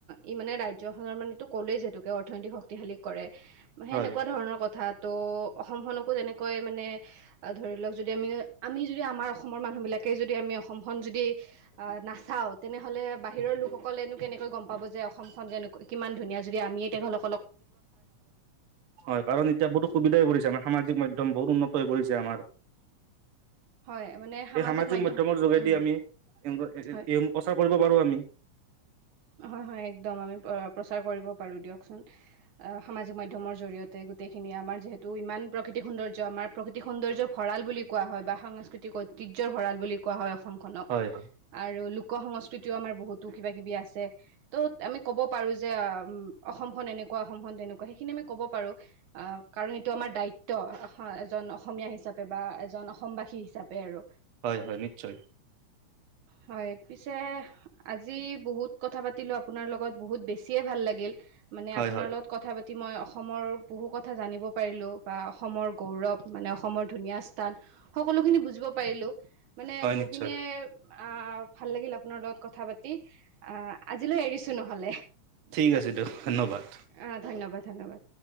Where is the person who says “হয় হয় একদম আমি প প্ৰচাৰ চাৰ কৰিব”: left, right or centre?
Right